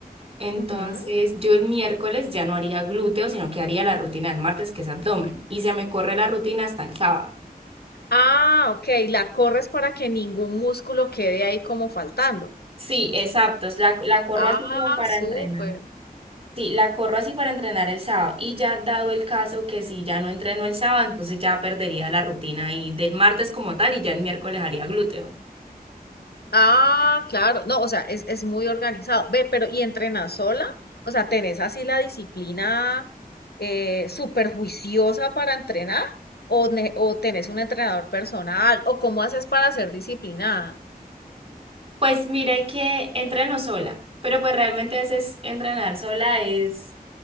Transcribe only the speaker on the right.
entonces
yo el miércoles ya no haría glúteo, sino que haría la rutina del martes, que es abdomen, y se me corre la rutina hasta el sábado.
Sí, exacto. es La, la corro
así como para
entrenar. Sí, la corro así para entrenar el sábado. Y ya dado el caso que si ya no entreno el sábado, entonces ya perdería la rutina y del martes como tal y ya el miércoles haría glúteo.
Pues mire que entreno sola, pero pues realmente a veces entrenar sola es,